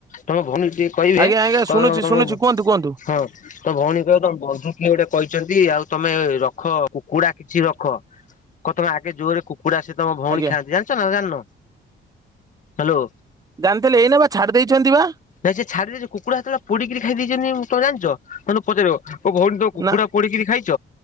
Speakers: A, on the left (about 40°); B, on the right (about 20°).
A: ତମ ଭୋଉଣୀକି ଟିକେ କହିବେ
B: ଆଜ୍ଞା ଆଜ୍ଞା
A: କହିବ
B: ଶୁଣୁଛି
A: ତମ
B: ଶୁଣୁଛି
A: ହଁ
B: କୁହନ୍ତୁ କୁହନ୍ତୁ
A: ତ ଭୋଉଣୀକି କହିବ ତମ ବନ୍ଧୁ କିଏ ଗୋଟେ କହିଚନ୍ତି ଆଉ ତମେ ରଖ କୁକୁଡା କିଛି ରଖ। କ ତମେ ଆଗେ ଜୋରରେ କୁକୁଡ଼ା ସେ ତମ ଭୋଉଣୀ
B: ଆଜ୍ଞା
A: ଖାଆନ୍ତି ଜାଣଚ ନା ଜାଣନ ହାଲୋ
B: ଜାଣିଥିଲେ ଏଇନା ପା ଛାଡିଦେଇଛନ୍ତି ପା।
A: ନାଇଁ ସେ ଛାଡି ଦେଇଚ କୁକୁଡ଼ା ହେତବେଳେ ପୋଡିକିରି ଖାଇ ଦେଇଚନ୍ତି ତମେ ଜାଣଚ ତାଙ୍କୁ ପଚାରିବ। ଭଉଣୀ ତୁମେ କୁକୁଡ଼ା
B: ନା
A: ପୋଡିକିରି ଖାଇଛ?